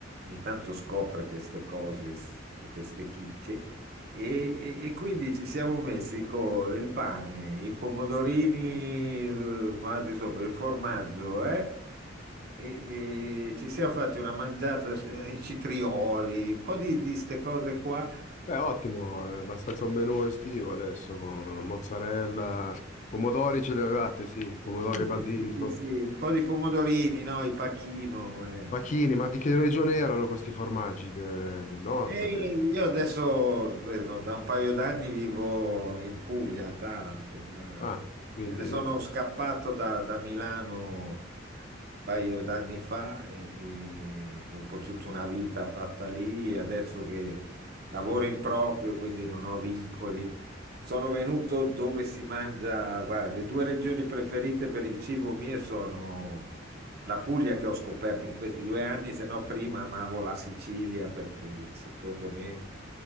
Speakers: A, on the right; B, on the left.
A: ogni tanto scopre queste cose, s- queste chicche. E, e- e quindi ci siamo messi con il pane, i pomodorini, eh, ma adesso per il formaggio, eh, E, e ci siamo fatti una mangiata, eh, i citrioli, un po' di queste cose qua.
B: Beh, ottimo, è abbastanza un menù estivo adesso con mozzarella, pomodori ce li avevate, sì, pomodori
A: Sì,
B: e
A: sì,
B: basilico,
A: sì, sì, sì, Un po' di pomodorini, no? Il pacchino. eh.
B: pachini, ma di che regione erano questi formaggi? De- del nord?
A: E
B: Del...
A: io adesso vedo, da un paio d'anni vivo in Puglia, a Taranto. Da-
B: Ah, quindi...
A: me ne sono scappato da, da Milano un paio d'anni fa e, e dopo tutta una vita fatta lì, adesso che lavoro in proprio, quindi non ho vincoli, sono venuto dove si mangia. Guarda, le due regioni preferite per il cibo mie sono la Puglia che ho scoperto in questi due anni, se no prima amavo la Sicilia perché secondo me,